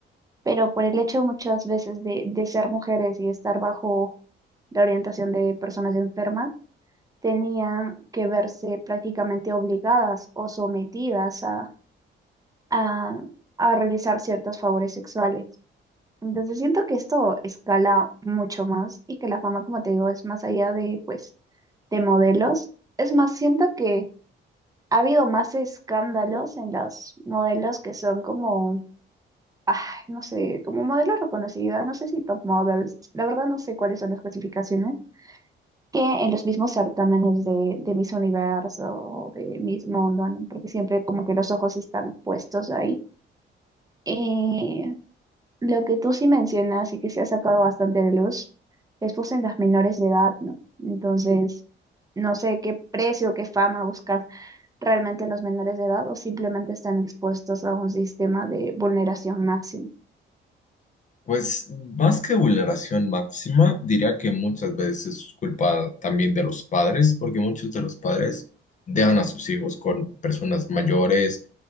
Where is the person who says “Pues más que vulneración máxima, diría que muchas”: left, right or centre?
Left